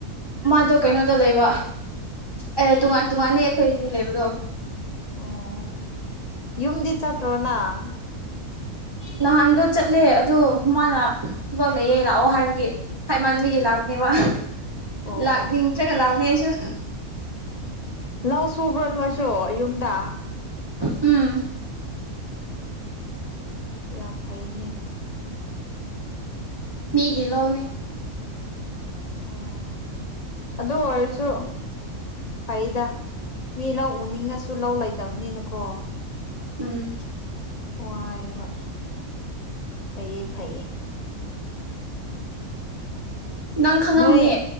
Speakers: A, on the right; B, on the left.
A: ꯃꯥꯗꯣ ꯀꯩꯅꯣꯗ ꯂꯩꯕ ꯑꯦ ꯇꯣꯉꯥꯟ ꯇꯣꯉꯥꯟꯅꯤ ꯑꯩꯈꯣꯏ ꯑꯅꯤ ꯂꯩꯕꯗꯣ
B: ꯑꯣ ꯌꯨꯝꯗꯤ ꯆꯠꯇ꯭ꯔꯣ ꯅꯥꯡ
A: ꯅꯍꯥꯟꯗꯣ ꯆꯠꯂꯦ ꯑꯗꯨ ꯃꯥꯅ ꯊꯕꯛ ꯂꯩꯌꯦ ꯂꯥꯛꯑꯣ ꯍꯥꯏꯕꯒꯤ ꯍꯥꯏ ꯃꯥꯟꯕꯤꯒꯤ
B: ꯑꯣ
A: ꯂꯥꯛꯅꯦ ꯋꯥ
B: ꯑꯣ
A: ꯂꯥꯛꯅꯤꯡꯗ꯭ꯔꯒ
B: ꯑꯣ
A: ꯂꯥꯛꯅꯦ ꯑꯩꯁꯨ
B: ꯂꯧ ꯁꯨꯕ꯭ꯔꯣ ꯅꯣꯏꯁꯨ ꯌꯨꯝꯗ
A: ꯎꯝ
B: ꯌꯥꯝ ꯐꯩꯅꯦ
A: ꯃꯤꯒꯤ ꯂꯎꯅꯦ
B: ꯑꯣ ꯑꯗꯨ ꯑꯣꯏꯔꯁꯨ ꯐꯩꯗ ꯃꯤ ꯂꯧ ꯎꯅꯤꯡꯉꯁꯨ ꯂꯧ ꯂꯩꯇꯕꯅꯤꯅꯀꯣ
A: ꯎꯝ
B: ꯋꯥꯢꯕ ꯐꯩꯌꯦ ꯐꯩꯌꯦ
A: ꯅꯪ ꯈꯪꯡꯉꯝꯅꯤ
B: ꯅꯣꯏ